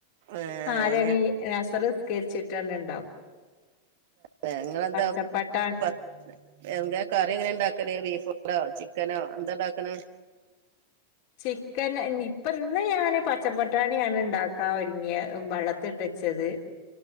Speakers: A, on the right; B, on the left.
A: ഏഹ്
B: ആരണി
A: ഞാ
B: അസറ്സ്കരിച്ചിട്ട് തന്നെ ഉണ്ടാക്കും
A: ഞങ്ങളെന്താ
B: പച്ചപ്പട്ടാ
A: പ എന്താ കറി എങ്ങനെ ഉണ്ടാക്കല് ബീഫോ ചിക്കനോ എന്താ ഉണ്ടാക്കണ
B: ചിക്കൻ ഇപ്പ ഇന്ന് ഞാന് പച്ചപ്പട്ടാണിയാണ് ഉണ്ടാക്കാ ഒരുങ്ങിയ വള്ള ത്തിട്ടച്ചത്